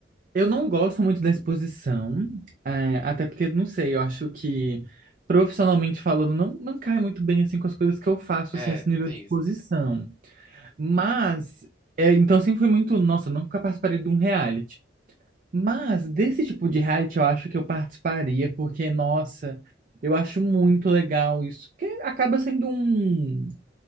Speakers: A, on the right (about 45°); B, on the right (about 30°).
A: Eu não gosto muito da exposição, eh, até porque, não sei, eu acho que profissionalmente falando, não, não cai muito bem assim com as coisas que eu faço,
B: É,
A: assim, esse nível
B: tem
A: de exposição.
B: isso.
A: Mas, é, então sempre fui muito, nossa, eu nunca participaria de um reality. Mas desse tipo de reality eu acho que eu participaria, porque, nossa, eu acho muito legal isso. Porque acaba sendo um,